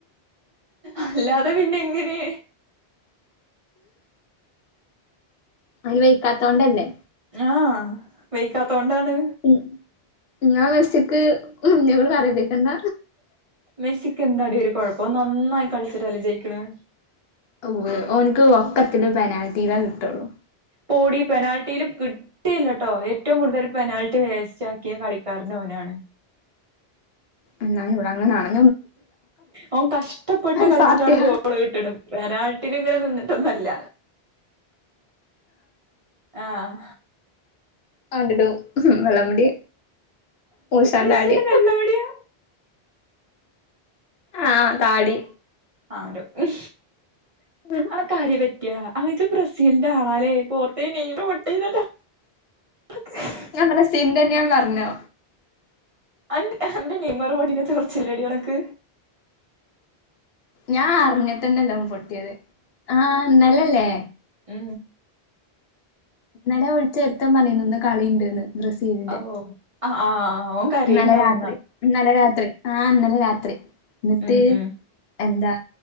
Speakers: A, on the right (about 40°); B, on the left (about 70°).
A: അല്ലാതെ പിന്നെ എങ്ങനെ.
B: അയിന് വൈക്കാത്തോണ്ടല്ലേ.
A: ആഹ് വെയ്ക്കാത്തോണ്ടാണ്.
B: ഉം ഇങ്ങളെ മെസ്സിക്ക് ഇന്നോട് പറീപ്പിക്കേണ്ട.
A: മെസ്സിക്ക് എന്താടി ഒര് കൊഴപ്പം നന്നായി കള്ച്ചിട്ടല്ലേ ജയിക്ക്ണെ.
B: ഉവ്വ് ഒന്ക്ക് ഒക്കത്തിനും പെനാൽറ്റിയിലെ കിട്ടുള്ളൂ.
A: പോടി പെനാൽറ്റിയില് കിട്ട് കിട്ടിയില്ലട്ടോ ഏറ്റവും കൂടുതൽ പെനാൽറ്റി വേസ്റ്റ് ആക്കിയെ കളിക്കാരൻ ഓനാണ്.
B: എന്നാ ഇവിടെ അങ്ങനാണ്.
A: ഓൻ കഷ്ടപ്പെട്ട്
B: അത്
A: കള്ച്ചിട്ടാണ്
B: സാത്യ
A: ഗോള് കിട്ട്ണേ. പെനാൽറ്റില് ഇങ്ങനെ നിന്ന്ട്ടൊന്നല്ല ആഹ്.
B: അവന്റെ ഒരു വെള്ളമുടി മൂശാൻതാടി.
A: മെസ്സിയുടെ കല്ലെവിടെയാ
B: ആഹ് താടി.
A: അവന്റെ ഒരു
B: ഉം.
A: അവക്കാരെപറ്റ് ആഹ് ജ്ജ് ബ്രസീലിന്റെ ആളല്ലേ പോർടേന് നെയ്മറ് പൊട്ടില്ലല്ലോ. <unintelligible>
B: ഞാൻ അങ്ങനെ സൈം തന്യൊന്ന് പറ്ഞ്ഞോ?
A: അന്റെ അന്റെ നെയ്മറ് പൊട്ടിയെന്റെ ചൊറ്ച്ചിലെഡി അനക്ക്.
B: ഞാൻ അറ്ഞ്ഞിട്ടന്നല്ല അവൻ പൊട്ടിയത് ആഹ് ഇന്നലല്ലേ.
A: ഏ.
B: ഇന്നലെ വിള്ച്ച് ഒര്ത്തൻ പറ്ഞിന്നു ഇന്ന് കളിണ്ട്ന്ന്. ബ്രസീലിന്റെ
A: ഔ അഹ് ആഹ് ഓ കരയിണ്ടാവുന്നാ
B: ഇന്നലെ രാത്രി ഇന്നലെ രാത്രി ആഹ് ഇന്നലെ രാത്രി ന്നട്ട്.
A: ഉം ഉം
B: എന്താ